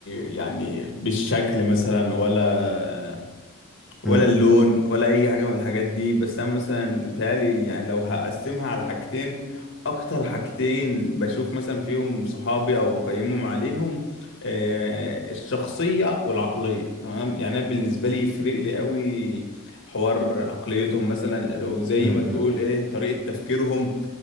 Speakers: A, on the left; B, in the centre.
A: يعني بالشكل مثلا ولا ولا
B: م-
A: اللون ولا اي حاجه من الحاجات دي بس انا مثلا بيتهيألي يعني لو هقسمها على حاجتين اكتر حاجتين بشوف مثلا فيهم صحابي او بقيمهم عليهم آه، الشخصيه والعقليه تمام يعني انا بالنسبه لي يفرق لي قوي حوار عقليتهم مثلا لو زي
B: م-
A: ما تقول
B: م-
A: ايه طريقه تفكيرهم